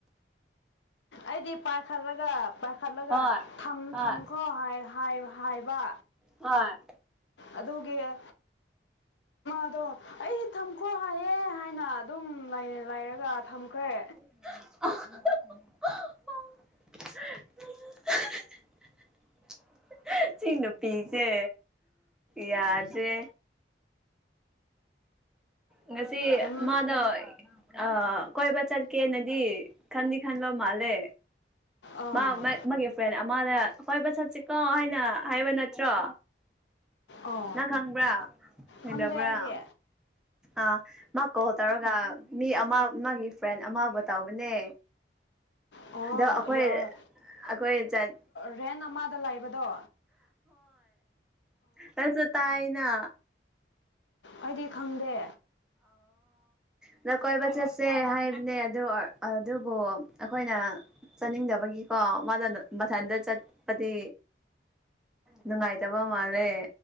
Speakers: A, on the left; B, in the centre.
A: ꯑꯩꯗꯤ ꯄꯥꯏꯈꯠꯂꯒ ꯄꯥꯏꯈꯠꯂꯒ
B: ꯍꯣꯏ
A: ꯊꯝꯈ꯭ꯔꯣ
B: ꯍꯣꯏ
A: ꯍꯥꯏꯕ
B: ꯑ
A: ꯑꯗꯨꯒꯤ ꯑ ꯑꯗꯣ ꯑꯩ ꯊꯝꯈꯣ ꯍꯥꯏꯌꯦꯦ ꯍꯥꯏꯅ ꯑꯗꯨꯝ ꯂꯩꯔꯒ ꯊꯝꯈ꯭ꯔꯦ
B: <unintelligible> <inaudible> ꯆꯤꯅ ꯄꯤꯖꯦ ꯌꯥꯌꯥꯖꯦ ꯉ ꯉꯁꯤ
A: ꯅꯝ
B: ꯃꯥꯗ ꯑ ꯀꯣꯏꯕ ꯆꯠꯀꯦꯅꯗꯤ ꯈꯟꯗꯤ ꯈꯟꯕ ꯃꯥꯜꯂꯦ
A: ꯑꯥ
B: ꯃꯥ ꯃ ꯃꯥ ꯐ ꯃꯥꯅ ꯍꯣꯏꯕ ꯆꯠꯁꯤꯀꯣ ꯍꯥꯏꯅ ꯍꯥꯏꯕ ꯅꯠꯇ꯭ꯔꯣ
A: ꯑꯣ
B: ꯅꯪ ꯈꯪꯕ꯭ꯔꯥ ꯈꯪꯗꯕ꯭ꯔꯥ
A: ꯈꯪꯗꯦ ꯍꯥꯏꯗꯤ
B: ꯑꯥ ꯃꯥ ꯀꯣꯜ ꯇꯧꯔꯒ ꯃꯤ ꯑꯃ ꯃꯥꯒꯤ ꯐ꯭ꯔꯦꯟ ꯑꯃꯕꯨ ꯇꯧꯕꯅꯦ
A: ꯑꯣ
B: ꯑꯗꯣ ꯑꯩꯈꯣꯏ
A: ꯌꯥ
B: ꯑꯩꯈꯣꯏ ꯆꯠ
A: ꯔꯦꯟ ꯑꯃꯗ ꯂꯥꯛꯕꯗꯣ
B: ꯀꯁ ꯇꯥꯏꯅꯥ
A: ꯑꯩꯗꯤ ꯈꯪꯗꯦ
B: ꯑꯣ ꯀꯣꯏꯕ ꯆꯠꯁꯦ ꯍꯥꯏꯕꯅꯦ ꯑꯗꯨ ꯑꯗꯨꯕꯨ ꯑꯩꯈꯣꯏ ꯑꯩꯅ ꯆꯠꯅꯤꯡꯗꯕꯒꯤꯀꯣ ꯃꯥ ꯃꯊꯟꯇ ꯆꯠꯄꯗꯤ ꯅꯪꯥꯏꯇꯕ ꯃꯥꯂꯦ